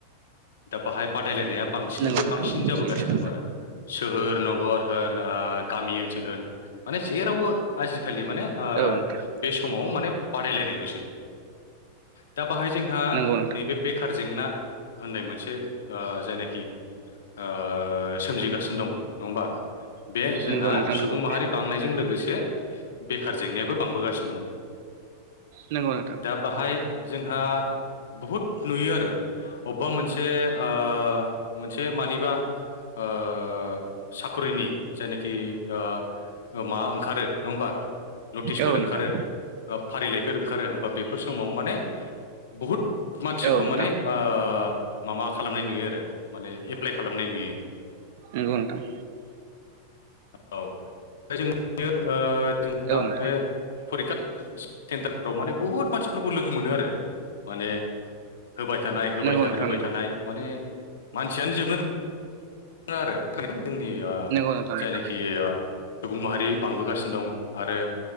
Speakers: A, on the left (about 60°); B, on the right (about 50°).
A: दा बाहाय बादायलायनाया बांसिननिफ्राय
B: नंगौ नोंथां
A: बांसिन
B: नंगौ
A: जाबोगासिनो
B: सैथो
A: दं आरो सोहोर नगर होन ओ गामि ओनसोल होन माने जेरावबो आजिखालि माने ओ
B: औ नोंथां
A: बे समाव माने बादायलायनाय लसै दा बाहाय जोंहा
B: नंगौ नोंथां
A: नैबे बेखार जेंना होननाय मोनसे ओ जायनाखि ओ सोमजिगासिनो दं नङा होमबा बे जोंहा
B: नंगौ नोंथां
A: सुबुं
B: नंगौ
A: माहारि बांनायजों लोगोसे बेखार जेंनायाबो बांबोगासिनो
B: नंगौ नोंथां
A: दा बाहाय जोंहा बुहुद नुयो आरो। अबबा मोनसे ओ मोनसे मानिबा ओ साखरिनि जायनाखि ओ मा ओंखारो नङा होमबा। नटिसफोर
B: औ नोंथां।
A: ओंखारो ओ, फारिलाइफोर ओंखारो होमबा । बेफोर समाव माने बुहुद मानसिखौ
B: औ नोंथां
A: माने ओ माबा खालामनाय नुयो आरो माने एप्लाइ खालामनाय नुयो।
B: नंगौ नोंथां‌
A: औ जों जोंना
B: औ नोंथां
A: बे फरिखा- सेन्टारफ्राव माने बुहुत मानसिफोरखौ लोगो मोनो आरो माने होबाय थानाय होबाय
B: नंगौ
A: थानाय
B: नोंथां
A: होबाय
B: नंगौ
A: थानाय माने मानसियानो जोबनो आरो जोंनि
B: नंगौ नोंथां नंगौ
A: जायनाखि सुबुं माहारि बांबोगासिनो दं। आरो